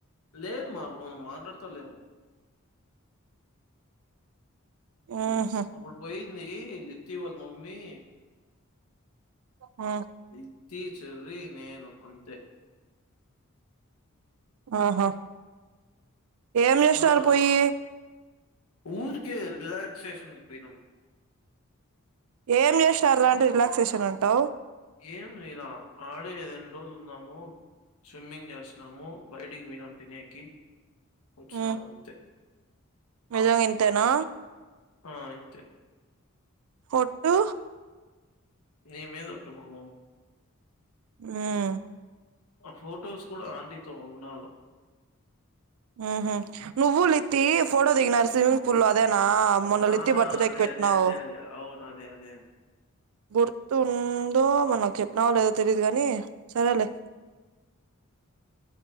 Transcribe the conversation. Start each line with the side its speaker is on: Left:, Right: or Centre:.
Left: లేదు మా అప్పుడు మనం మాట్లాడతలేము.
Right: ఉహు
Left: అప్పుడు పోయింది. లిప్తి వాళ్ళ మమ్మీ
Right: ఆ
Left: లిప్తి చెర్రి నేను అంతే
Right: ఆహా ఏం చేసినారు
Left: మళ్ళా
Right: పోయి
Left: ఊరికే రిలాాక్స్ సెషన్ కి పోయినం.
Right: ఏం చేసినారు రాా అంటే రిలాక్సేషన్ అంటావు.
Left: ఏం లీలా ఆడే రెండు రోజులు ఉన్నాము. స్విమ్మింగ్ చేస్తున్నాము. బయటికి పోయినాము. తినేకి వచ్చినం
Right: ఉ
Left: అంతే
Right: నిజంగా ఇంతేనా
Left: ఆ ఇంతే
Right: ఒట్టు
Left: నీ మీద ఒట్టు మమా.
Right: ఉమ్
Left: ఆ ఫొటోస్ కూడా ఆంటీతో ఉన్నాలు
Right: ఉహు నువ్వు లితి ఫోటో దిగినారు స్విమింగ్ పూల్ లో అదేనా మొన్న లిత్తి
Left: ఆ
Right: బర్త్డేకి
Left: అదే
Right: పెట్టినావు
Left: అదే అదే అదే అవును అదే అదే అదే
Right: గుర్తు ఉందో మనకు చెప్పినవో లేదో తెలీయ దు కాని సరేలే